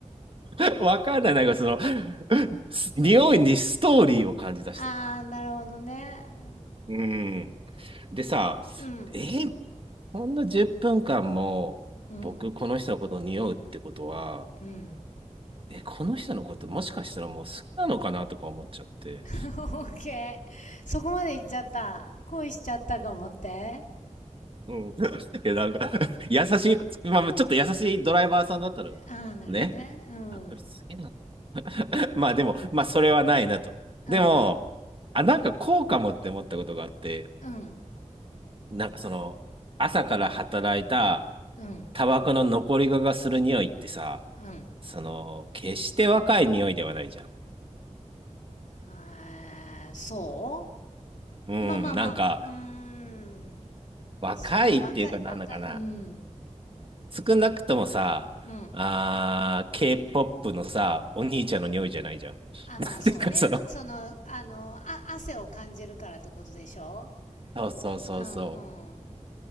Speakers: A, on the right (about 45°); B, on the left (about 85°).
A: <laughs> わかんない。なんかその、す匂いにストーリーを感じ出したの。
B: あー、なるほどね。
A: うん。でさ、
B: うん。
A: えーこんな10分間も僕この人のことを匂うってことは、
B: うん。うん。
A: え、この人のこともしかしたらもう好きなのかなとか思っちゃって。
B: <laughs> オッケー。そこまで行っちゃった。恋しちゃったかもって。
A: うん。<laughs> いや、なんか優しい、まあ、ちょっと優しいドライバーさんだったのよ。
B: あー、なるほどね。
A: ね。
B: うん。
A: あ、これ好きな <laughs> まあでも、まあそれはないなと。
B: うん。
A: でも、あ、なんかこうかもって思ったことがあって、
B: うん。
A: なんかその、朝から働いた
B: うん。
A: タバコの残り香がする匂いってさ、
B: うん。
A: その、決して若い匂いではないじゃん。
B: あー、そ
A: うん、
B: うまあまあまあ、
A: なんか、
B: うーん。
A: 若いっていうかなんだかな。
B: そう、若い、若い、うん。
A: 少なくともさ、
B: うん。
A: あー、K-POP のさ、お兄ちゃんの匂いじゃないじゃん。
B: あ、まあそうね。
A: <laughs> なんていうかその、
B: その、あの、あ、汗を感じるからってことでしょ
A: そうそうそうそう。
B: うん、うん。